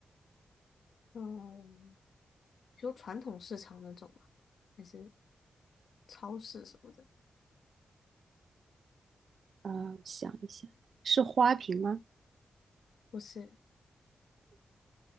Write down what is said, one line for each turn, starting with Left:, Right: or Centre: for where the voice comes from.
Left: 嗯，就传统市场那种吗？还是超市什么的？
Right: 啊，想一下，是花瓶吗？
Left: 不是，